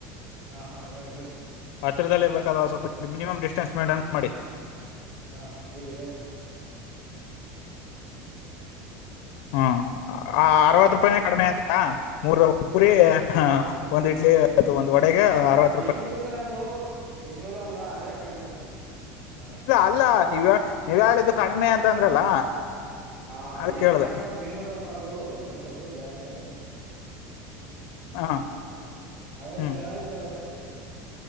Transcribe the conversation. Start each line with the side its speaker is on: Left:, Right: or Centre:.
Right: ಹಾಂ ಹಾಂ ಹೇಳಿ ಹೇಳಿ.
Left: ಹತ್ರದಲ್ಲಿ ಇರ್ಬೇಕಾದಾಗ ಸ್ವಲ್ಪ ಮಿನೀಮಮ್ ಡಿಸ್ಟನ್ಸ್ ಮೇಂಟೇನ್ ಮಾಡಿ.
Right: ಹಾ ಹೇಳಿ ಹೇಳಿ.
Left: ಹ್ಮ
Right: ಹಾ
Left: ಅರವತ್ತು ರೂಪಾಯಿನೇ ಕಡಿಮೆ ಅ. ಹ ಮೂರ್ ಪುರಿ ಒಂದ್ ಇಡ್ಲಿ ಅ ಒಂದು ವಡೆಗೆ ಅರವತ್ತು.
Right: ಬೆಂಗಳೂರು ಸರ್ ಅದು ಬೆಂಗಳೂರು ಅಲ್ವಾ ಅದೇ ಕಡಿಮೆ ನಮ್ಗೆ ಹ.
Left: ಅಲ್ಲಾ ನೀವ. ನೀವ್ಯಾರ ಇದು ಕಡಿಮೆ ಅಂತ ಅಂದ್ರಲ್ಲ.
Right: ಹ
Left: ಅದ
Right: ಏನ್
Left: ಕೇಳ್ದ
Right: ಮಾಡಕಾವ ಬೆಂಗಳೂರಲ್ವಾ ಅದು ಒಂದ್ ಸ್ವಲ್ಪ ಜಾಸ್ತಿನೇ ಆಯ್ತು.
Left: ಹ
Right: ಆದ್ರೆ
Left: ಹ್ಮ್
Right: ಚೆನ್ನಾಗಿತ್ತಲ್ಲ ಸರ್ ಟೇಸ್ಟ್.